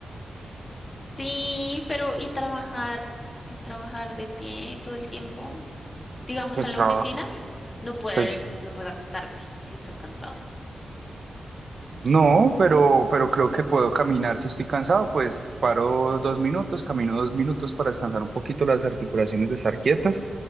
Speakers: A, on the left (about 25°); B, on the right (about 45°).
A: Sí, pero ¿y trabajar? ¿Y trabajar de pie todo el tiempo? digamos,
B: pues
A: en la
B: trabajo.
A: oficina, no puedes,
B: Pues
A: no puedes acostarte si estás cansado.
B: no, pero, pero creo que puedo caminar si estoy cansado, pues paro dos minutos, camino dos minutos para descansar un poquito las articulaciones de estar quietas